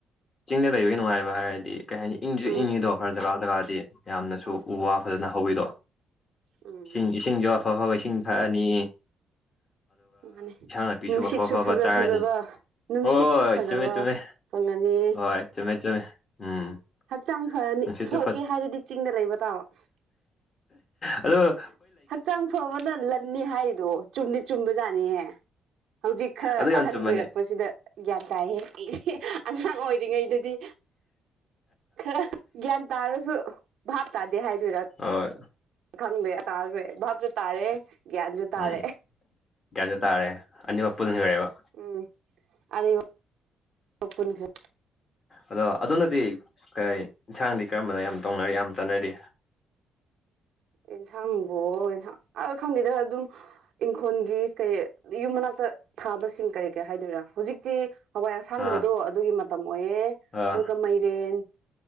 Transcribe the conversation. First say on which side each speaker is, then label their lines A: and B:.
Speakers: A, on the left; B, on the right.
A: ꯆꯤꯡꯗ ꯂꯩꯕꯒꯤ ꯅꯨꯡꯉꯥꯏꯕ ꯍꯥꯏꯔꯗꯤ ꯀꯩ ꯍꯥꯏꯅꯤ ꯏꯪꯁꯨ
B: ꯎꯝ
A: ꯏꯪꯉꯤꯗꯣ ꯈꯔ ꯖꯒꯥ ꯖꯒꯥꯗꯤ ꯌꯥꯝꯅꯁꯨ
B: ꯑ
A: ꯎ ꯋꯥ ꯐꯖꯅ ꯍꯧꯋꯤꯗꯣ
B: ꯎꯝ
A: ꯏꯁꯤꯡ ꯏꯁꯤꯡꯁꯨ ꯑꯐ ꯑꯐꯕ ꯏꯁꯤꯡ ꯐꯛꯑꯅꯤ
B: ꯃꯥꯅꯦ
A: ꯅꯥꯄꯤꯁꯨ
B: ꯅꯨꯡꯁꯤꯠꯁꯨ
A: ꯑꯐ ꯑꯐꯕ
B: ꯐꯖ
A: ꯆꯥꯔꯅꯤ
B: ꯐꯖꯕ ꯅꯨꯡꯁꯤꯠꯁꯨ
A: ꯍꯣꯏ
B: ꯐꯖꯕ
A: ꯆꯨꯝꯃꯦ ꯆꯨꯝꯃꯦ
B: ꯐꯪꯉꯅꯤ
A: ꯍꯣꯏ ꯆꯃꯦ ꯆꯃꯦ ꯎꯝ
B: ꯍꯛꯆꯥꯡ ꯐꯅꯤ
A: ꯅꯨꯡꯁꯤꯠꯁꯨ
B: ꯐꯒꯦ ꯍꯥꯏꯔꯗꯤ ꯆꯤꯡꯗ ꯂꯩꯕ ꯇꯥꯕ
A: ꯑꯗꯨꯣ
B: ꯍꯛꯆꯥꯡ ꯐꯕꯅ ꯂꯟꯅꯤ ꯍꯥꯏꯔꯤꯗꯣ ꯆꯨꯝꯗꯤ ꯆꯨꯝꯕꯖꯥꯠꯅꯤꯍꯦ ꯍꯧꯖꯤꯛ ꯈꯔ
A: ꯑꯗꯨ ꯌꯥꯝ
B: ꯑꯍꯟ
A: ꯆꯨꯝꯕꯅꯦ
B: ꯑꯣꯏꯔꯛꯄꯁꯤꯗ ꯒ꯭ꯌꯥꯟ ꯇꯥꯏ ꯍꯦꯛꯛꯏꯁꯦ ꯑꯉꯥꯡ ꯑꯣꯏꯔꯤꯉꯩꯗꯗꯤ ꯈꯔ ꯒ꯭ꯌꯥꯟ ꯇꯥꯔꯁꯨ ꯚꯥꯞ ꯇꯥꯗꯦ ꯍꯥꯏꯗꯣꯏꯔ
A: ꯍꯣꯣꯏ
B: ꯈꯪꯗꯦ ꯇꯥꯈ꯭ꯔꯦ ꯚꯥꯞꯁꯨ ꯇꯥꯔꯦ ꯒ꯭ꯌꯥꯟꯁꯨ ꯇꯥꯔꯦ
A: ꯎꯝ ꯆꯪꯗ ꯇꯥꯔꯦ ꯑꯅꯤꯃꯛ ꯄꯨꯗꯅ ꯀꯦꯕ
B: ꯎꯝ ꯑꯗꯩ ꯄꯨꯟꯈ꯭ꯔꯦ
A: ꯑꯗꯣ ꯑꯗꯨꯅꯗꯤ ꯏꯟꯁꯥꯡꯗꯤ ꯀꯔꯝꯕꯅ ꯌꯥꯝ ꯇꯧꯅꯔꯤ ꯌꯥꯝ ꯆꯥꯟꯅꯔꯤ
B: ꯌꯦꯟꯁꯥꯡꯕꯣ ꯑꯦꯟꯁꯥꯡ ꯑ ꯈꯪꯗꯦꯗ ꯑꯗꯨꯝ ꯏꯪꯈꯣꯜꯒꯤ ꯀꯩ ꯌꯨꯝ ꯃꯅꯥꯛꯇ ꯊꯥꯕꯁꯤꯡ ꯀꯔꯤ ꯀꯔꯤ ꯍꯥꯏꯗꯣꯏꯔꯥ ꯍꯧꯖꯤꯛꯇꯤ ꯍꯋꯥꯏ ꯑꯁꯥꯡꯕꯗꯣ
A: ꯑꯥ
B: ꯑꯗꯨꯒꯤ ꯃꯇꯝ ꯑꯣꯏꯑꯦ
A: ꯑꯥ
B: ꯑꯗꯨꯒ ꯃꯥꯏꯔꯦꯟ